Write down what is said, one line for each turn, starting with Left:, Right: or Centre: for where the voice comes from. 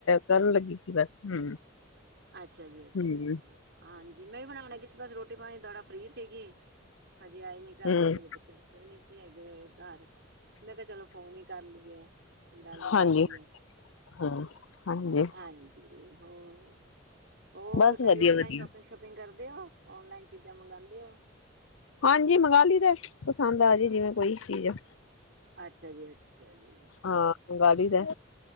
Left: ਕਰਨ ਲੱਗੀ ਸੀ, ਵੇਸੇ ਹੂੰ।
Right: ਅੱਛਾ ਜੀ- ਅੱਛਾ
Left: ਹੂੰ
Right: ਜੀ ਹਾਂਜੀ, ਮੈਂ ਵੀ ਬਣਾਉਣ ਲੱਗੀ ਸੀ ਬਸ, ਰੋਟੀ- ਪਾਣੀ ਥੋੜਾ ਫਰੀ ਸੀਗੀ। ਹਜੇ ਆਏ ਨੀ ਘਰ,
Left: ਹੂੰ
Right: ਦੋਵੇ ਬੱਚੇ- ਬੁਚੇ ਵੀ ਨੀ ਸੀ ਹੈਗੇ ਹੋਏ ਘਰ। ਮੈਂ ਕਿਹਾ ਚਲੋ ਫੋਨ ਹੀ ਕਰ ਲਈ ਏ, ਗੱਲ ਹੀ ਕਰ
Left: ਹਾਂਜੀ
Right: ਲਈਏ।
Left: ਹੂੰ ਹਾਂਜੀ।
Right: ਹਾਂਜੀ ਹੋਰ? ਹੋਰ
Left: ਬਸ
Right: ਕਦੀ
Left: ਵਧੀਆ
Right: ਔਨਲਾਈਨ
Left: ਵਧੀਆ।
Right: ਸ਼ੋਪਿੰਗ- ਸੂਪਿੰਗ ਕਰਦੇ ਹੋ? ਔਨਲਾਈਨ ਚੀਜ਼ਾਂ ਮੰਗਉਂਦੇ ਹੋ?
Left: ਹਾਂਜੀ ਮੰਗਾ ਲਈਦਾ ਪਸੰਦ ਆ ਜਾਏ ਜਿਵੇਂ ਕੋਈ ਚੀਜ਼ ਆ।
Right: ਅੱਛਾ ਜੀ। ਅੱਛਾ ਜੀ
Left: ਹਾਂ, ਮੰਗਾ ਲਈ ਦੈ।